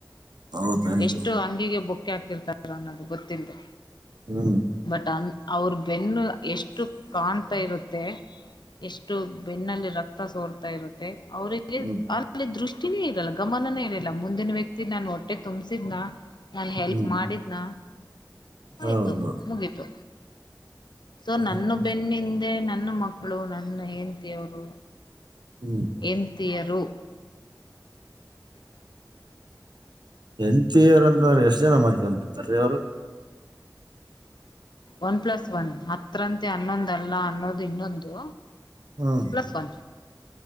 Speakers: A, on the right (about 75°); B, on the left (about 85°).
A: ಹೌದೇನ್ರಿ
B: ಎಷ್ಟು ಅಂಗಡಿಗೆ ಬೊಕ್ಕೆೆ ಹಾಕಿರ್ತಾರ ನನಗ ಗೊತ್ತಿಲ್ಲದೆ.
A: ಹ್ಮ್
B: ಬಟ್ ಅ ಅವ್ರ ಬೆನ್ನು ಎಷ್ಟು ಕಾಣ್ತಾ ಇರುತ್ತೆ. ಎಷ್ಟು ಬೆನ್ನಲ್ಲಿ ರಕ್ತ ಸೋರ್ತಾ ಇರುತ್ತೆ ಅವರಿಗೆ
A: ಹ್ಮ್
B: ಅಲ್ಲಿ ದೃಷ್ಟಿನೇ ಇರಲ್ಲ ಗಮನೇ ಇರಿಲ್ಲ ಮುಂದಿನ ವ್ಯಕ್ತಿ ನಾನು ಹೊಟ್ಟೆ ತುಂಬಸಿದನ ನಾನು ಹೆಲ್ಪ್
A: ಹ್ಮ್
B: ಮಾಡಿದ್ದ್ನ ಆಯಿತು
A: ಹೌದು
B: ಮುಗೀತು. ಸೊ
A: ಹ್ಮ್
B: ನನ್ನ ಬೆನ್ನಿಂದೆ ನನ್ನ ಮಕ್ಕಳು ನನ್ನ ಹೆಂಡ್ತಿ ಅವರು
A: ಹ್ಮ್,
B: ಎ <unintelligible> ತಿಯರು
A: ಹೆಂಡ್ತಿ ಯರ ಅಂದ್ರೆ ಎಷ್ಟು ಜನ ಮಾಡ್ಕೊಂತಾರಿಅವ್ರು.
B: ಒನ್ ಪ್ಲಸ್ ಒನ್ ಹತ್ರರಂತೆ ಹನ್ನೊಂದಲ್ಲ ಅನ್ನೋದು ಇನ್ನೊಂದು.
A: ಹ್ಮ್,
B: ಪ್ಲಸ್ ಒನ್